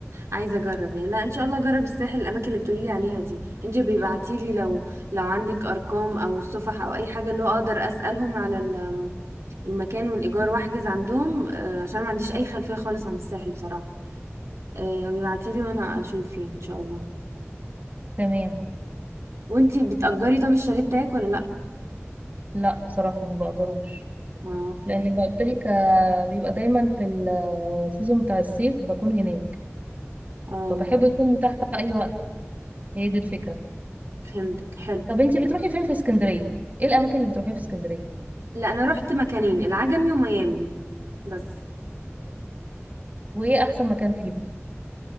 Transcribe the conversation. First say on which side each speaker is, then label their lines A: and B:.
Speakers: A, on the right (about 85°); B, on the right (about 35°).
A: عايزه اجرب يعني لا ان شاء الله اجرب الساحل الاماكن اللي بتقولي لي عليها دي انت بيبعتي لي لو لو عندك ارقام او صفح او اي حاجه اللي هو اقدر اسالهم على ال- المكان والايجار واحجز عندهم آه، عشان ما عنديش اي خلفيه خالص عن الساحل بصراحه آه، بيبعتي لي وانا اشوف يعني ان شاء الله
B: تمام
A: وانت بتأجري طب الشاليه بتاعك ولا لا
B: لا بصراحة ما بأجروش
A: اه
B: لأن قلت لك آه، بيبقى دايما في السيزون بتاع الصيف بكون هناك
A: اه
B: فبحب يكون متاح في أي وقت هي دي الفكرة
A: فهمتك حلو
B: طب انتي بتروحي فين في اسكندرية؟ ايه الأماكن اللي بتروحيها في اسكندرية؟
A: لا انا رحت مكانين العجمي وميامي بس
B: وإيه أحسن مكان فيهم؟